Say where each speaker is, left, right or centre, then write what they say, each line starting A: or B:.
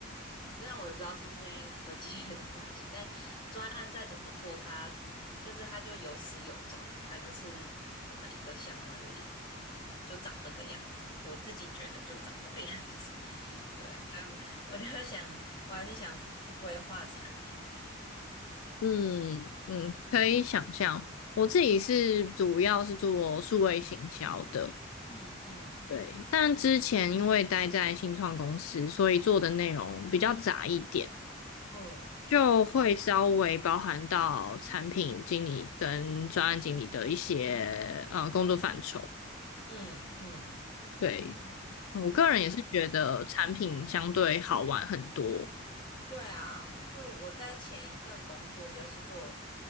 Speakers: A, on the left; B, on the left.
A: 嗯，这样我也不知道是不是因为科技业的关系，但专案再怎么做它，就是它就有始有终，它就是可能一个项目它就一就是就长那个样子，我自己觉得就长那个样子，<laughs> 对啊，所以我我就想，我还是想去规划产品这样，
B: 嗯嗯，可以想象。我自己是主要是做数位行销的，
A: 嗯嗯
B: 对。但之前因为待在新创公司，所以做的内容比较杂一点。
A: 嗯，
B: 就会稍微包含到产品经理跟专案经理的一些呃工作范畴。
A: 哦，嗯嗯
B: 对，
A: 嗯，
B: 我个人也是觉得产品相对好玩很多。
A: 因为我自。嗯对啊，就我在前一份工作就是做